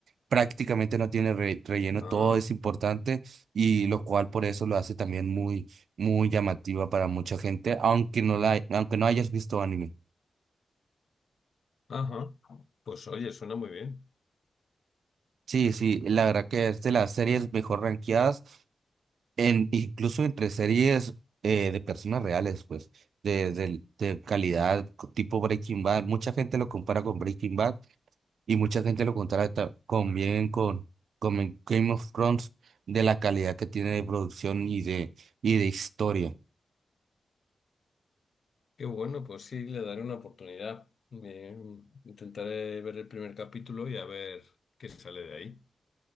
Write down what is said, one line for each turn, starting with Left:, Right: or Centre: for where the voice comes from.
Right: Prácticamente no tiene re- relleno,
Left: Ah,
Right: todo es importante y lo cual por eso lo hace también muy, muy llamativa para mucha gente, aunque no la, aunque no hayas visto anime.
Left: ajá. Pues oye, suena muy bien.
Right: Sí, sí, la verdad que es de las series mejor rankeadas, en, incluso entre series eh, de personas reales, pues, de, de, de calidad, co- tipo Breaking Bad. Mucha gente lo compara con Breaking Bad y mucha gente lo contrata con bien con, con Game of Thrones de la calidad que tiene de producción y de, y de historia.
Left: Qué bueno, pues sí, le daré una oportunidad. Me- intentaré ver el primer capítulo y a ver qué sale de ahí.